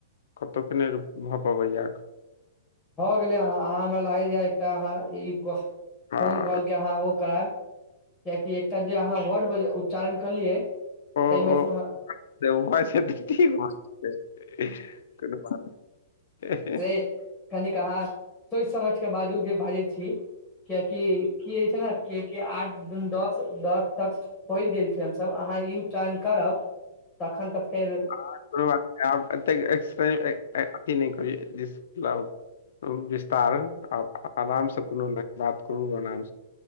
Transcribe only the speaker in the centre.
भऽ गेलै अहाँ आहा हमरा लागैय एकटा अहाँ ई कोस
फोन कॉल के अहाँ ओ करायब कियकि एकटा जे अहाँ वर्ड बजे उच्चारण कलियै ताहिमे
से हमर
से कनिक अहाँ सोचि समझ के बाजू जे बाजै छी क्याकी की हो छै ने कि कि आ दस दस तक पहुँच गेल छीयै हमसभ अहाँ ई उच्चारण करब तखन तऽ फेर